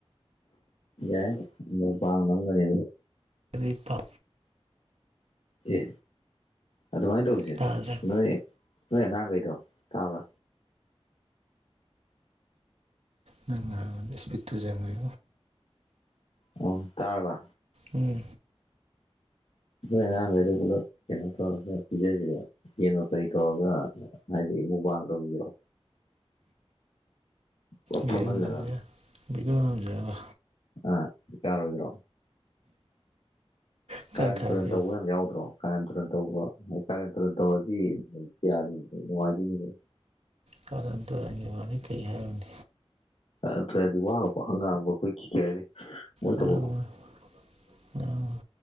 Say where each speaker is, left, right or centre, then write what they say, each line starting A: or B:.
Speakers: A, on the left (about 70°); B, on the right (about 80°).
A: ꯑꯦ ꯄꯥꯉꯝ ꯀꯅꯤ
B: ꯑꯗꯨ ꯄ
A: ꯑꯦ ꯑꯗꯨꯃꯥꯏꯅ ꯇꯧꯁꯦ
B: ꯇꯥꯗ꯭ꯔꯦ
A: ꯅꯣꯏ ꯅꯣꯏ ꯑꯉꯥꯡꯈꯩꯗꯣ ꯇꯥꯕ꯭ꯔꯥ
B: ꯅꯪ ꯏꯁꯄꯤꯠꯇꯖꯉꯌꯣ
A: ꯑꯣ ꯇꯥꯔꯕ
B: ꯎꯝ
A: ꯅꯣꯏ ꯑꯍꯥꯟꯈꯗ ꯄꯨꯂꯣ ꯀꯩꯅꯣ ꯇꯧꯔꯒ ꯄꯤꯖꯁ ꯌꯦꯡꯉꯣ ꯀꯔꯤ ꯇꯧꯔꯒ ꯍꯥꯏꯗꯤ ꯃꯨꯛꯕꯥꯡꯗꯧꯕꯔꯣ ꯄꯨꯂꯞ
B: ꯒꯗ꯭ꯔꯒ
A: ꯐꯝꯍꯜꯂꯒ
B: ꯒꯅꯖꯔ
A: ꯑ ꯌꯥꯔꯣ ꯑꯣꯏ꯭ꯔꯣ
B: ꯏꯀꯥꯏ
A: ꯀꯥꯔꯦꯟ
B: ꯊꯥꯒꯦ
A: ꯇꯨꯔꯟ ꯇꯧꯕ ꯌꯥꯝ ꯌꯥꯎꯗ꯭ꯔꯣ ꯀꯥꯔꯦꯟꯇꯨꯔꯟ ꯇꯧꯕ ꯀꯥꯔꯦꯟ ꯇꯨꯔꯟ ꯇꯧꯔꯗꯤ ꯀꯌꯥꯗꯗꯣ ꯅꯨꯡꯉꯥꯏꯗꯨꯣꯏꯅꯤꯗꯣ
B: ꯁꯥꯔꯟꯇꯔꯪꯒꯤ ꯋꯥꯅꯤ ꯀꯩ ꯍꯥꯏꯔꯨꯅꯦ
A: ꯑꯗꯨꯔꯗꯤ ꯋꯥꯡꯉꯛꯄ ꯍꯪꯒꯥꯥꯡꯕ ꯑꯩꯈꯣꯏ ꯀ ꯀꯩ ꯍꯥꯏꯅꯤ ꯃꯣꯏ
B: ꯉꯥꯡꯉꯨ
A: ꯊ
B: ꯉꯥꯡꯉꯨ